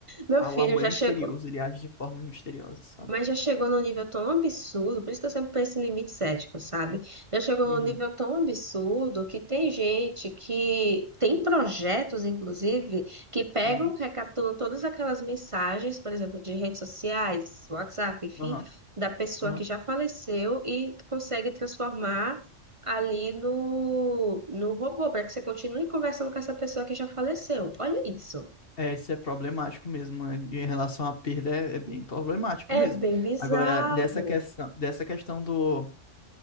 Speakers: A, on the right; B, on the left.
A: Meu
B: Ah,
A: filho
B: o amor
A: já
B: é misterioso,
A: chegou.
B: ele age de formas misteriosas, sabe?
A: Mas já chegou num nível tão absurdo, por isso que eu sempre penso em limites éticos, sabe? Já chegou
B: Uhum,
A: num nível tão absurdo que tem gente que tem projetos, inclusive, que pegam,
B: uhum,
A: recapturam todas aquelas mensagens, por exemplo, de redes sociais, WhatsApp, enfim,
B: aham,
A: da pessoa
B: aham.
A: que já faleceu e consegue transformar ali no, no robô, para que você continue conversando com essa pessoa que já faleceu. Olha isso.
B: É, isso é problemático mesmo. né? Em relação à perda, é, é bem problemático
A: É
B: mesmo.
A: bem bizarro.
B: Agora, dessa questão, dessa questão do,